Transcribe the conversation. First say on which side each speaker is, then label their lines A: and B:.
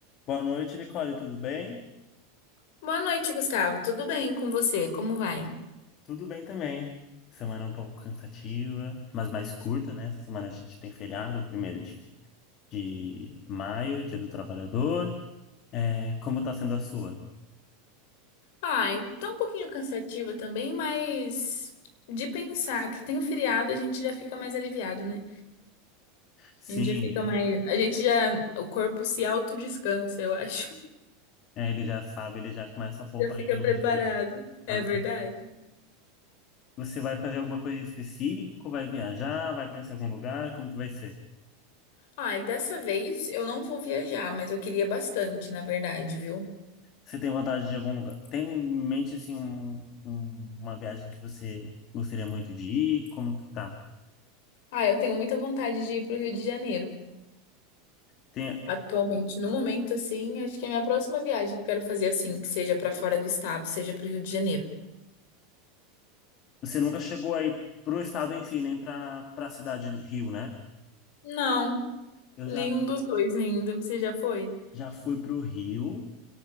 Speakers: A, on the left (about 35°); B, on the left (about 65°).
A: Boa noite, Nicole, tudo bem?
B: Boa noite, Gustavo. Tudo bem com você? Como vai?
A: Tudo bem também. Semana um pouco cansativa, mas mais curta, né? Essa semana a gente tem feriado, primeiro de, de maio, Dia do Trabalhador. É, como tá sendo a sua?
B: Ai, tá um pouquinho cansativa também, mas de pensar que tem o feriado, a gente já fica mais aliviado, né?
A: Sim,
B: A gente já fica mais. A gente já. O corpo se autodescansa, eu acho. <laughs>
A: é, ele já sabe, ele já começa a poupar
B: Já fica
A: energia.
B: preparado.
A: Ah,
B: É verdade?
A: você vai fazer alguma coisa específica? Vai viajar? Vai conhecer algum lugar? Como que vai ser?
B: Ai, dessa vez eu não vou viajar, mas eu queria bastante, na verdade, viu?
A: Você tem vontade de algum lugar? Tem em mente, assim, um- um- uma viagem que você gostaria muito de ir? Como que tá?
B: Ai, eu tenho muita vontade de ir pro Rio de Janeiro.
A: Tem,
B: Atualmente, no momento, assim, acho que a minha próxima viagem que eu quero fazer, assim, que seja pra fora do estado, seja pro Rio de Janeiro.
A: Você nunca chegou aí pro estado em si, nem pra, pra cidade de Rio, né?
B: Não,
A: Eu
B: nenhum
A: já,
B: dos dois ainda. Você já foi?
A: já fui pro Rio.